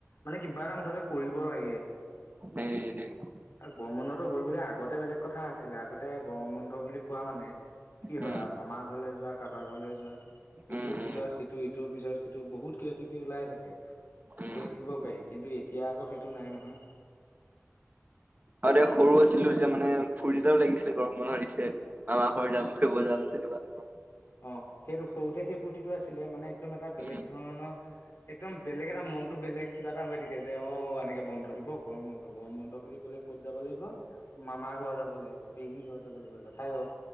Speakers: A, on the left; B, on the right.
A: মানে কিবা এটা মুঠতে কৰিব লাগে।
B: দে দে -
A: আৰু গৰম বন্ধটো হ'ল বুলিয়ে আগতে বেলেগ কথা আছিলে আগতে গৰম বন্ধ বুলি কোৱা মানে - কি হয়
B: উম
A: আও মামাৰ ঘৰলে যোৱা কাৰোবাৰ ঘৰলে যোৱা - ইটোৰ
B: উম
A: পিছত সিটো ইটোৰ পিছত সিটো বহুত কিবা কিবি ওলাই থাকে।
B: উম উম
A: গৈ থাকিব পাৰি, কিন্তু এতিয়া আক সেইটো নাই নহয়।
B: আগতে সৰু
A: এতিয়া
B: আছিলো। তেতিয়া মানে ফূুৰ্তি এটাও লাগিছিল গৰম বন্ধ আহিছে মামাহ ঘৰ যাম ফুৰিব যাম তেনেকুৱা। টাইপৰ।
A: অহ, সেইটো সৰুতে সেই ফূৰ্তিটো আছিলে, মানে একদম এটা বেলেগ
B: উম
A: ধৰণৰ একদম বেলেগ এটা মনতো বেলেগ কিবা এটা হৈ থাকে, যে অহ, এনেকে বন্ধ দিব গৰম বন্ধ গৰম বন্ধ বুলি কলে ক'ত যাব লাগিব? মামাৰ ঘৰ যাব লাগিব, পেহীৰ ঘৰ যাব লাগিব, জেঠাইৰ ঘৰ